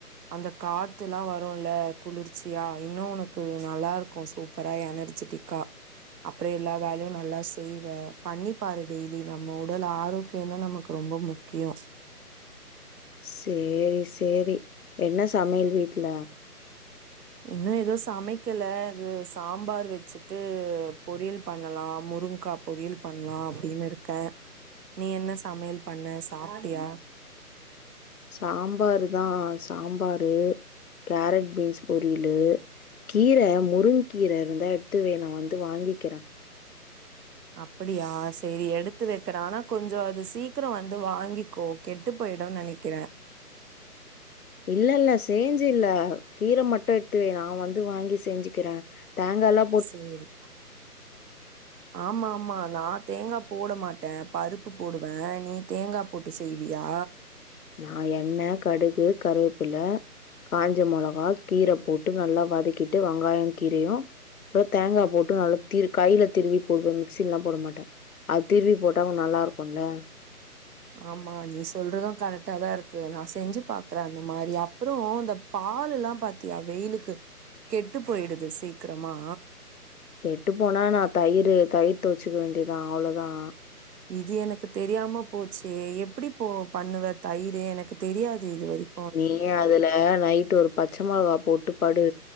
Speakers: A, on the right; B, on the left.
A: அந்த காத்துல்லா வரும்ல குளிர்ச்சியா இன்னு உனக்கு நல்லாருக்கு சூப்பராக எனர்ஜட்டிக் க அப்புற எல்லா வேலையு நல்லா செய்வே பண்ணிப் பாரு டெய்லி நம்ம உடல் ஆரோக் கியந்தா நமக்கு ரொம்ப முக்கியோ
B: சேரி சேரி என்ன சமையல் வீட்ல
A: இன்னும் எது சமைக்கல இது சாம்பார் வச்சுட்டு பொரியல் பண்ணலா முருங்க்கா பொரியல் பண்லா அப்படின்னு இருக்க நீ என்ன சமையல் பண்ண சாப்ட்டியா
B: சாம்பரு தா சாம்பாரு கேரட் பீன்ஸ் பொரியலு கீர முருங்கீர இருந்தா எடுத்து வை நா வந்து வாங்கிக்கிற
A: அப்படியா சேரி எடுத்து வக்கற ஆனா கொஞ்ச அது சீக்கிர வந்து வாங்கிக்கோ கெட்டு போயிடுனு நெனைக்கிற
B: இல்ல இல்ல சேஞ்சு இல்ல கீர மட்டு எடுத்து வை நா வந்து வாங்கி செஞ்சுக்கிற தேங்கால்லா
A: சேரி ஆமாமா நா தேங்கா போட மாட்ட பருப்பு போடுவ நீ தேங்கா போட்டு செய்வியா
B: நா எண்ண கடுகு கருவேப்புல காஞ்ச மொளகா கீர போட்டு நல்லா வதக்கிட்டு வெங்காய கீரையு ளோ தேங்கா போட்டு நல்லா திரு கையில திருவி போடுவ மிக்ஸிலல்லா போட மாட்ட அது திருவி போட்டா கொன் நல்லா இருக்குல்ல
A: ஆமா நீ சொல்றது கரெக்டாதா இருக்கு நா செஞ்சு பாக்கற அந்த மாரி அப்புறோ இந்த பாலுல்லா பாத்தியா வெயிலுக்கு கெட்டுப் போயிடுது சீக்கிரமா
B: கெட்டுப் போனா என்னா தயிரு தயிர் துவச்சுக்க வேண்டியதா அவ்வளோதா
A: இது எனக்கு தெரியாம போச்சு எப்படி போ பண்ணுவ தயிரு எனக்கு தெரியாது இதுவரிக்
B: நீ அதுல நைட்டு ஒரு பச்ச மொளகா போட்டு படு